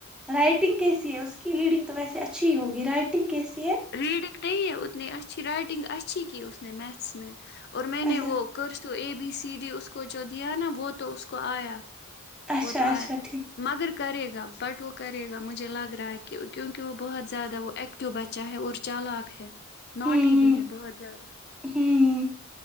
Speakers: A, in the centre; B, on the left.
A: رائٹنگ کیسی ہے اس کی ریڈنگ تو ویسے اچھی ہی ہوگی رائٹنگ کیسی ہے
B: ریڈنگ نہیں اتن اچھی رائٹنگ اچھی اچھی کی اس نے میتھس میں اور میں نے
A: اچھا
B: وہ کرسو ا بی سی ڈی اس کو جو دیا نا وہ تو اس کو آیا
A: اچھا
B: وہ تو
A: اچھا
B: آیا
A: ٹھیک
B: مگر کرے گا بٹ وہ کرے گا مجھے لگ رہا ہے کہ کیونکہ وہ بہت زیادہ وہ ایکٹو بچ چاہے اور چال آق ہے نوٹ
A: ہوں
B: ہی
A: ہوں
B: بھی ہے بہت زیادہ
A: ہوں